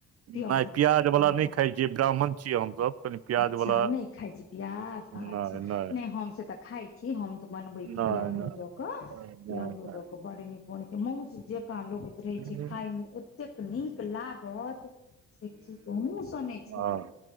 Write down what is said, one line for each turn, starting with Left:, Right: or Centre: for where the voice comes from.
Right: नहि
Left: पिआउज
Right: प्याज वाला
Left: छक
Right: नहि खाइ छियै ब्राह्मण छियै हमसभ कनि प्याज
Left: अच्छा
Right: वाला
Left: नय खाइ छी प्याज अच्छा
Right: नहि नहि
Left: नय हम से तऽ खाइ छी छी हम तऽ बनबै छी
Right: नहि
Left: पिआउजो
Right: नहि
Left: जो दक पियाउजो
Right: नहि
Left: दक बन बड नीक बन छै मौस जेका लोगैत रहे
Right: नहि
Left: छै खााय में एतेक नीक लागत सँ कि कहू मूह से नय छूटत
Right: हँ